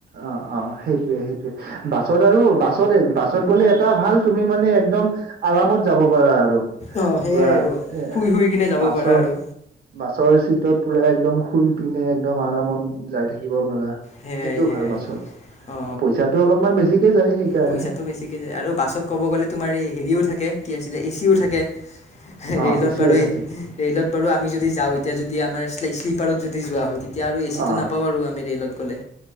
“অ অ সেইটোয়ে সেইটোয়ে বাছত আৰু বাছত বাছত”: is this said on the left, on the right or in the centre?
Right